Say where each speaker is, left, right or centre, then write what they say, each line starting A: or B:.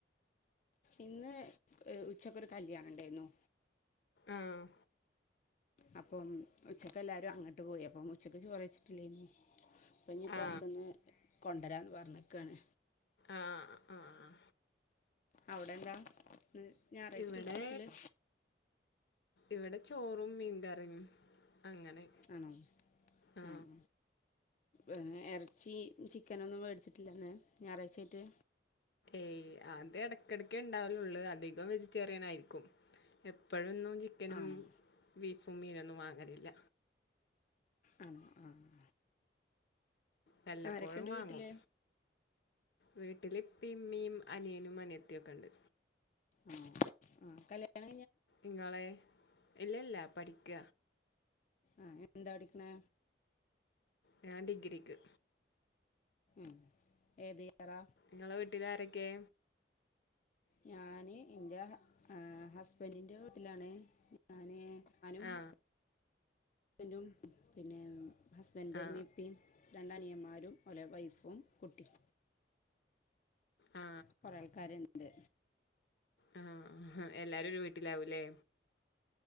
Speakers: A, on the left; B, on the left.
A: ഇന്ന് ഉച്ചക്കൊരു കല്ല്യാണണ്ടായിരുന്നു.
B: ആഹ്
A: അപ്പം ഉച്ചക്ക് എല്ലാരും അങ്ങോട്ട് പോയി അപ്പം ഉച്ചക്ക് ചോറ് വച്ചിട്ടില്ലേന്ന്. അപ്പൊഞി
B: ആ
A: പൊറത്ത്ന്ന് കൊണ്ടുവരാന്ന് പറഞ്ഞ്ക്കാണ്.
B: ആഹ് ആഹ്
A: അവിടെന്താ ഞായറാഴ്ച്ചിട്ട്
B: ഇവിടെ
A: സ്പെഷ്യല്?
B: ഇവിടെ ചോറും മീൻകറിയും അങ്ങനെ.
A: ആണോ?
B: ആ
A: ആഹ് ആ ് എറച്ചി ചിക്കനൊന്നും വേടിച്ചിട്ടില്ലന്ന് ഞായറാഴ്ച്ചായിട്ട്?
B: ഏയ് അത് എട്ക്കെട്ക്കെ ണ്ടാവലുള്ളൂ അധികം വെജിറ്റേറിയനായിരിക്കും എപ്പോഴൊന്നും ചിക്കനും
A: ആണോ
B: ബീഫും മീനൊന്നും വാങ്ങലില്ല.
A: ആണോ ആഹ്-
B: വല്ലപ്പോഴും
A: ആരൊക്കെയുണ്ട്
B: വാങ്ങും.
A: വീട്ടിൽ
B: വീട്ടിലിപ്പീം മ്മീം അനിയനും അനിയത്തിയൊക്കണ്ട്.
A: ആഹ് അ കല്യാ
B: ങ്ങളെ ഇല്ല ഇല്ല പഠിക്ക.
A: ആഹ് എന്താ പഠിക്ക്ണെ?
B: ഞാൻ ഡിഗ്രിക്ക്.
A: ം ഏത് യാറാ?
B: ങ്ങളെ വീട്ടിലാരൊക്കേ?
A: ഞാന് ഇൻ്റെ ഹസ്ബൻ്റിൻ്റെ വീട്ടിലാണ് ഞാന് ഞനും
B: ആ
A: ഹസ്ബന്റും പിന്നെ ഹസ്ബൻഡന്റെ
B: ആ
A: മ്മീം പ്പീം രണ്ടനിയന്മാരും ഓല വൈഫും കുട്ടിം.
B: ആ
A: കുറേ ആൾക്കാരുണ്ട്
B: ആഹ് എല്ലാരും ഒരു വീട്ടിലാവൂല്ലേ?